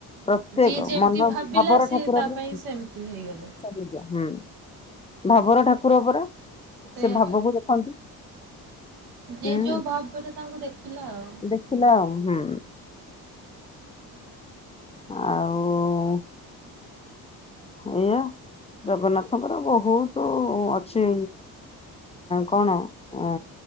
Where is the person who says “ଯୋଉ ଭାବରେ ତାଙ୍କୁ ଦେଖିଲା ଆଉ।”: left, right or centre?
Right